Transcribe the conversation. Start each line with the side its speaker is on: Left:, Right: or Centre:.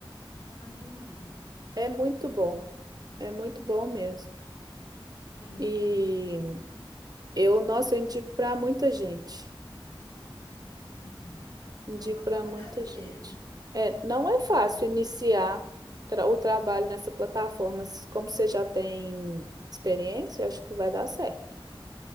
Left: Ah, entendi.
Right: É muito bom. É muito bom mesmo.
Left: Entendi.
Right: E eu, nossa, eu indico para muita gente.
Left: <laughs>
Right: Indico
Left: Eu vou
Right: para
Left: dar uma
Right: muita
Left: olhada mesmo.
Right: gente. É, não é fácil iniciar tra- o trabalho nessa plataforma, mas como você já tem experiência, eu acho que vai dar certo.